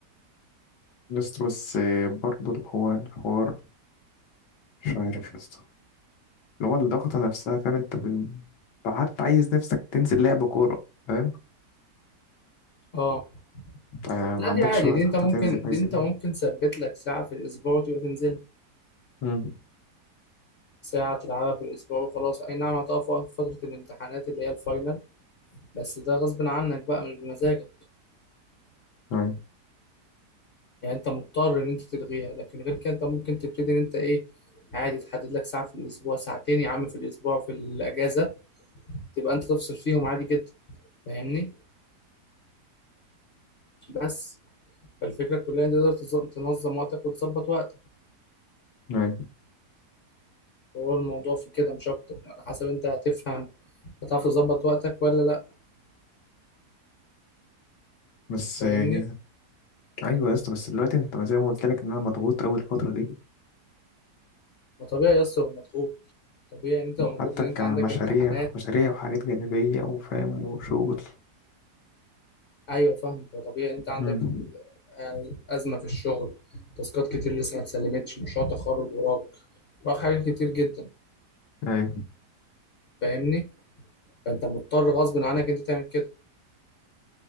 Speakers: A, on the left; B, on the left.
A: بس بس برضه هو الحوار مش عارف يا اسطى اللي هو الضغطه نفسها فاهم انت بال... حتى عايز نفسك تنزل لعب كوره فاهم
B: اه
A: انت ما
B: لا
A: عندكش
B: دي عادي
A: وقت
B: دي انت
A: حتى
B: ممكن
A: تنزل حاجه
B: دي
A: زي
B: انت
A: كده
B: ممكن تثبت لك ساعة في الأسبوع وتبقى تنزل
A: مم.
B: ساعة تلعبها في الأسبوع وخلاص أي نعم هتقف وقت في فترة الامتحانات اللي هي الفاينل بس ده غصب عنك بقى مش بمزاجك
A: ايوه
B: يعني انت مضطر ان انت تلغيها لكن غير كده انت ممكن تبتدي ان انت ايه عادي تحدد لك ساعة في الأسبوع ساعتين يا عم في الأسبوع في الأجازة تبقى انت تفصل فيهم عادي جدا فاهمني بس فالفكرة كلها ان انت تقدر تز- تنظم وقتك وتظبط وقتك
A: ايوه
B: هو الموضوع في كده مش أكتر على حسب انت هتفهم هتعرف تظبط وقتك ولا لا
A: بس
B: فاهمني
A: آه، ايوه يا اسطى بس دلوقتي انت زي ما قلت لك ان انا مضغوط اول الفتره دي
B: ما طبيعي يا اسطى تبقى مضغوط طبيعي ان انت تبقى مضغوط
A: حتى
B: لان
A: كمشاريع
B: انت عندك امتحانات
A: مشاريع وحاجات جانبية وفاهم وشغل
B: ايوه فاهمك طبيعي انت عندك
A: مم.
B: آه، ازمه في الشغل تاسكات كتير لسه ما اتسلمتش مشروع تخرج وراك وراك حاجات كتير جدا
A: ايوه
B: فاهمني فانت مضطر غصب عنك انت تعمل كده